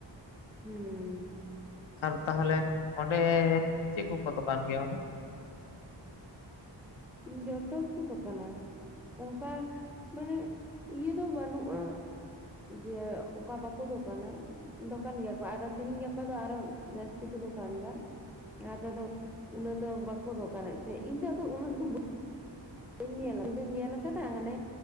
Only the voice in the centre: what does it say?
ᱦᱩᱸ
ᱡᱚᱛᱚ ᱜᱮᱠᱚ ᱫᱚᱠᱟᱱᱟ᱾ ᱚᱝᱠᱟ ᱢᱟᱱᱮ ᱤᱭᱟᱹ ᱫᱚ ᱵᱟᱹᱱᱩᱜᱼᱟ᱾ ᱡᱮ ᱚᱠᱟ ᱵᱟᱠᱚ ᱫᱚᱠᱟᱱᱟ ᱫᱚᱠᱟᱱ ᱜᱮᱭᱟ ᱠᱚ ᱟᱨᱚ ᱛᱤᱦᱮᱧ ᱜᱟᱯᱟ ᱫᱚ ᱟᱨᱚ ᱡᱟᱹᱥᱛᱤ ᱠᱚ ᱫᱚᱠᱟᱱ ᱫᱟ ᱞᱟᱦᱟ ᱛᱮᱫᱚ ᱩᱱᱟᱹᱜ ᱫᱚ ᱵᱟᱠᱚ ᱫᱚᱠᱟᱱᱮᱫ ᱛᱟᱦᱮᱸᱡ, ᱤᱧ ᱫᱚ ᱟᱫᱚ ᱩᱱᱟᱹᱜ <unintelligible> ᱵᱟᱹᱧ ᱧᱮᱞᱼᱟ ᱤᱧ ᱫᱩᱧ ᱧᱮᱞ ᱟᱠᱟᱫᱟ ᱦᱟᱱᱮ